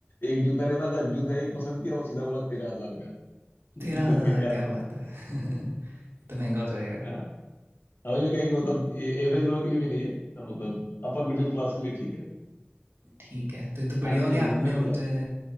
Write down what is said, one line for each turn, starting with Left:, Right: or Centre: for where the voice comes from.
Left: एक जूता लेना था जूता एक पसंद किया और सीधा बोला तेरह हजार का <laughs>
Right: तेरह
Left: मैं
Right: हजार
Left: गया
Right: क्या बात है <laughs> ये तो महंगा हो जाएगा
Left: हाँ हमें ये क्या है कि मतलब ये एवरेज लोगों के लिए भी नहीं है हाँ, मतलब अपर मिडिल क्लास के लिए ठीक है
Right: ठीक है तो ये तो बढ़िया
Left: हालांकि
Right: हो
Left: नहीं
Right: गया
Left: घूमने
Right: आपने
Left: लोग
Right: मुझे
Left: जाते हैं